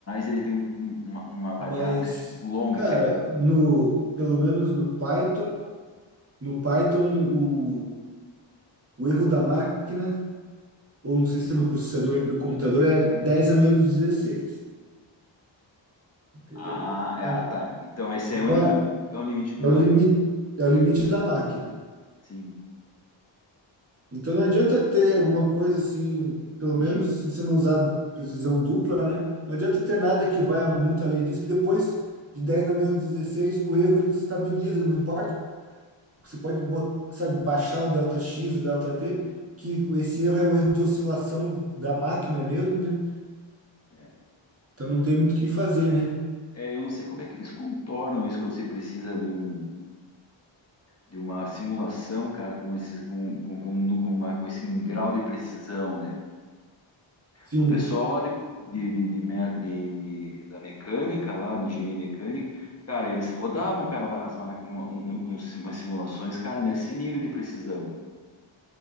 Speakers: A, on the left; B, on the right.
A: ele tem um- um- uma, uma variável
B: mas,
A: que se chama long,
B: cara,
A: que é...
B: no, pelo menos no Python, no Python, o, o erro da máquina ou não sei se é no processador aqui do computador, é 10 a menos 16 entendeu?
A: Ah,
B: Então,
A: é, ah, tá. Então esse
B: então
A: é o limite,
B: é,
A: é o limite do
B: é
A: delta.
B: o limite, é o limite da máquina.
A: Sim.
B: Então não adianta ter alguma coisa assim, pelo menos
A: Gi-
B: se você não usar precisão dupla, né? Não adianta ter nada que vá muito além disso, que depois de 10 na menos 16 o erro ele estabiliza, não importa. Você pode, bot- sabe, baixar o delta X, o delta T,
A: Uhum,
B: que esse erro é o erro de oscilação da máquina mesmo, né?
A: é.
B: Então não tem muito o que fazer, né?
A: É, eu não sei como é que eles contornam isso quando você precisa de um... De uma simulação, cara, com esse, com, com, com, com, uma, com esse grau de precisão, né?
B: Sim,
A: O pessoal lá de, de, de, de me- de- de- da mecânica, lá, de engenharia mecânica, cara, eles rodavam, cara, uma- as máquinas, uma, um- um- um si, umas simulações, cara, nesse nível de precisão.